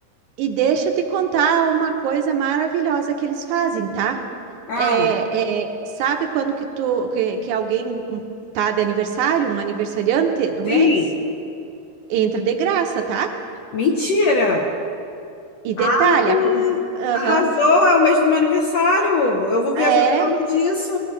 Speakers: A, on the right; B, on the left.
A: e deixa eu te contar uma coisa maravilhosa que eles fazem, tá?
B: Ah,
A: É, é, sabe quando que tu que, que alguém um, tá de aniversário, um aniversariante do
B: sim.
A: mês? Entra de graça, tá?
B: Mentira!
A: E detalhe,
B: Ah,
A: a com- Aham,
B: Arrasou, é o mês do meu aniversário. Eu vou viajar
A: é.
B: por causa disso.